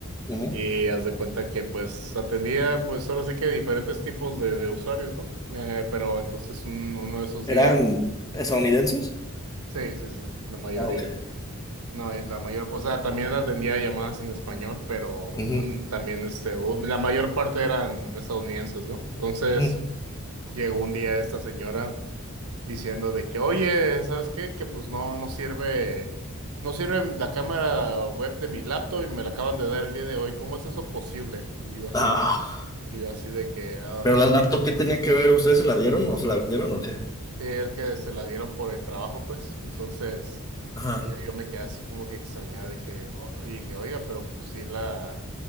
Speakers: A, on the left (about 15°); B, on the right (about 80°).
A: Ujú.
B: y haz de cuenta que, pues, atendía, pues, ahora sí que diferentes tipos de, de usuarios, ¿no? Eh, pero entonces un- uno de esos
A: ¿Eran
B: días,
A: estadounidenses?
B: sí, sí, sí, la mayoría.
A: Ah, ok.
B: No, y la mayor, o sea, también atendía llamadas en español, pero
A: Ujú,
B: cuan- también este, hubo- la mayor parte eran estadounidenses, ¿no? Entonces
A: ujú.
B: llegó un día esta señora diciendo de que, oye, ¿sabes qué? Que pues no, no sirve, no sirve la cámara web de mi laptop y me la acaban de dar el día de hoy. ¿Cómo es eso posible? Digo así,
A: Ah,
B: digo así de que, ah,
A: pero la laptop, ¿qué tenía que ver? ¿Ustedes se la dieron o se la vendieron o qué?
B: Sí, es que se la dieron por el trabajo, pues. Entonces,
A: Ajá.
B: yo, yo me quedé así como que extrañado. Dije, o- y dije, oiga, pero pues sí la,